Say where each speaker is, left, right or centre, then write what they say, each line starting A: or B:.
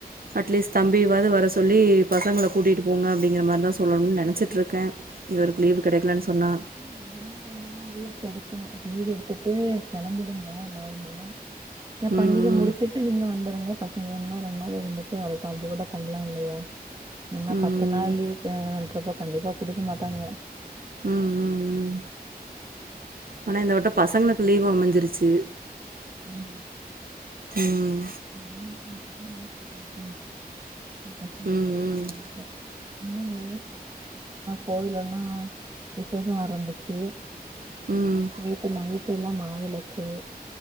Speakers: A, on the right; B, on the right.
A: அட்லீஸ்ட் தம்பிவாது வர சொல்லி பசங்கள கூட்டிகிட்டு போங்க அப்டிங்கிற மாரி தான் சொல்லணும் நெனச்சிட்டுருக்கேன் இவருக் லீவ் கெடைக்கலன் சொன்னா
B: எப்பனா ஒரு நாள் ரெண்டு நாள் லீவு கடைக்கும் லீவு எடுத்துட்டு களம்பிடுங்க எல்லாருமே ய
A: ம்
B: பண்டிக முடிச்சுட்டு நீங்க வந்துருங்க இங்க ரெநா ரெ நா இருந்துட்டு வரட்டும் அப்டி கூட பண்ணலாம் இல்லையா ஏன்னா
A: ம் ம்
B: பத்து நாள் லீவுக்கு ருபா கண்டிப்பா குடுக்க மாட்டாங்க
A: ம் ம் ம் ஆனா இந்த வாட்ட பசங்களுக்கு லீவு அமைஞ்சிருச்சு
B: ம்
A: ம்
B: நாம்ளே <unintelligible> <unintelligible>
A: ம் ம்
B: இன்னுமே <unintelligible> கோவில்லெல்லாம் விசேஷம் ஆரமிச்சு
A: ம்
B: நேத்து நைட்டுலாம் மாவெளக்கு